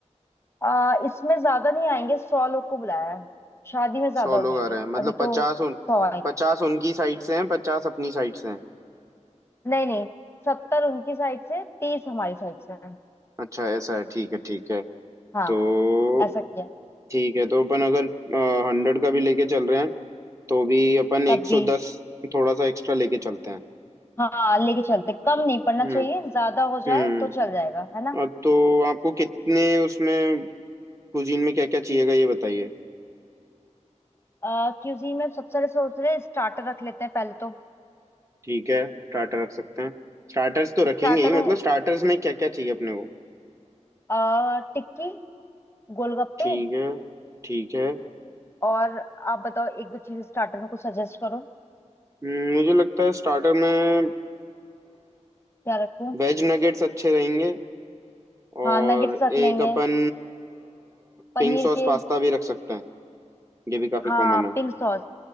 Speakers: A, on the left (about 20°); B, on the right (about 25°).
A: आ, इसमें ज्यादा नहीं आएंगे सौ लोग को बुलाया है शादी में ज्यादा
B: सौ लोग
A: हो जाएंगे
B: आ रहे हैं मतलब
A: अभी
B: पचास
A: तो
B: उन
A: सौ आएंगे
B: पचास उनकी साइड से हैं पचास अपनी साइड से हैं
A: नहीं नहीं सत्तर उनकी साइड से तीस हमारी साइड से है।
B: अच्छा ऐसा है ठीक है ठीक है
A: हाँ
B: तो
A: ऐसा किया
B: ठीक है तो अपन अगर हंड्रेड का भी लेके चल रहे हैं तो भी अपन
A: तब
B: एक सौ
A: भी
B: दस थोड़ा सा एक्स्ट्रा लेके चलते हैं
A: हाँ लेके चलते कम नहीं पड़ना
B: हम्म
A: चाहिए ज्यादा हो जाए
B: हम्म
A: तो चल जाएगा है ना
B: अ, तो आपको कितने उसमें कुजीन में क्या क्या चाहिएगा ये बताइए
A: क्यूजीन में सबसे पहले सोच रहे स्टार्टर रख लेते हैं पहले तो
B: ठीक है स्टार्टर रख सकते हैं स्टार्टर्स तो
A: स्टार्टर
B: रखेंगे ही
A: में
B: मतलब स्टार्टर्स में क्या क्या चाहिए अपने को
A: आ, टिक्की गोलगप्पे
B: ठीक है ठीक है
A: और आप बताओ एक दो चीज स्टार्टर में कुछ सजेस्ट करो
B: हम्म, मुझे लगता है स्टार्टर में
A: क्या रखूं
B: वेज नगेट्स अच्छे रहेंगे और
A: हाँ नगेट्स रख लेंगे
B: एक अपन
A: पनीर
B: पिंक सॉस
A: के
B: पास्ता भी रख सकते हैं ये भी काफी
A: हाँ
B: कॉमन है
A: पिंक सॉस